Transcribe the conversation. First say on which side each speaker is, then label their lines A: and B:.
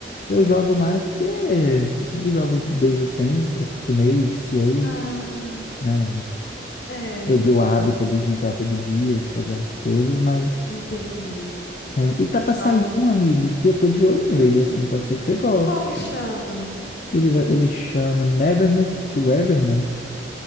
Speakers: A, on the left; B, on the left.
A: Eu jogo mais porque eu jogo desde sempre, acostumei, viciei,
B: Ah,
A: né?
B: é,
A: Peguei o hábito ali de entrar todo dia, de fazer as coisas, mas.
B: entendi.
A: É, e tá pra
B: Nossa.
A: sair um, amiga, que eu tô de olho
B: Hum,
A: nele, assim, pode ser que você goste.
B: como que chama?
A: Ele vai, ele chama Neverness to Everness.